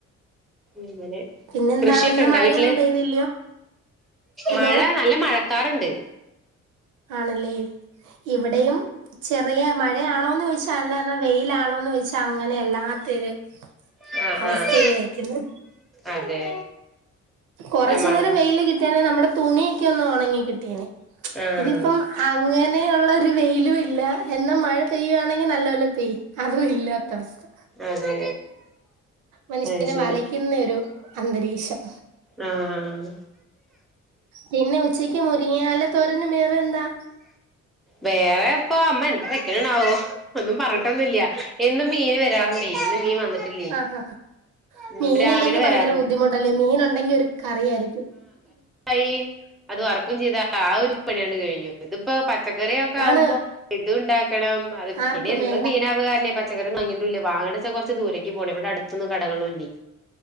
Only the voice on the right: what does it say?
പിന്നെന്താണ്
ഇന്ന്
മഴയൊന്നും
പെയ്തില്ലയോ എന്തോ
ആണല്ലേ ഇവിടെയും ചെറിയ മഴയാണോന്ന് ചോയിച്ചാ അല്ലാ എന്നാ വെയിലാണോന്ന് ചോയിച്ചാൽ അങ്ങനെ അല്ലാത്തൊരു
അവസ്ഥയിൽ
നിക്കുന്നു
കൊറച്ചു
നേരം വെയില് കിട്ടിയണെ നമ്മുടെ തുണി ക്കെ ഒന്ന് ഉണങ്ങി കിട്ടിയേനെ
ഇതിപ്പം അങ്ങനെയൊള്ളൊരു വെയിലും ഇല്ല എന്നാ മഴ പെയ്യുവാണെങ്കിൽ നല്ലോലെ പെയ്യ് അതും ഇല്ലാത്ത അവസ്ഥ
മനുഷ്യനെ
വലയ്ക്കുന്നൊരു അന്തരീക്ഷം
പിന്നെ ഉച്ചയ്ക്ക് മുരിങ്യാല തോരനും വേറെ എന്താ
ആഹാ
മീനില്ലെങ്കി
ഭയങ്കര
ബുദ്ധിമുട്ടല്ലേ മീൻ ഉണ്ടെങ്കി ഒരു കറിയയിരിക്കും
ആണ്
ആർക്കും
വേണ്ട